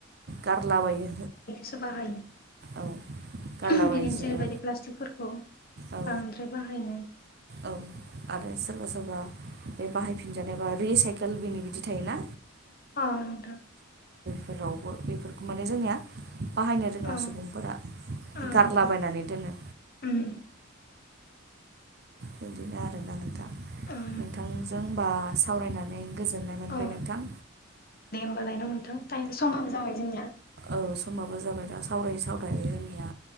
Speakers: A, on the right; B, on the left.
A: गारलाबायो।
B: सो बाहायो
A: औ गारलाबायजोबो
B: <unintelligible> बिदिनो जेरैबायदि प्लास्तिकफोरखौ
A: औ
B: बांद्राय बाहायनाय
A: औ आरो सोरबा सोरबा बे बाहायफिनजानायबा रिसाइकेल बिनि बिदि थायोना
B: अ नोंथां
A: फोरावबो बेफोरखौ माने जोंनिया बाहायनो रोङा
B: अ
A: सुबुंफोरा
B: अ
A: गारलाबायनानै
B: नोंथां
A: दोनो
B: उम
A: बिदिनो आरोना नोंथां
B: अ नोंथां
A: नोंथांजों बा सावरायनानै गोजोननाय मोनबाय
B: औ
A: नोंथां
B: दे होमबालाय न' नोंथां टाइम समाबो जाबाय जोंनिया
A: औ समाबो जाबाय दा सावरायै सावरायै जोंनिया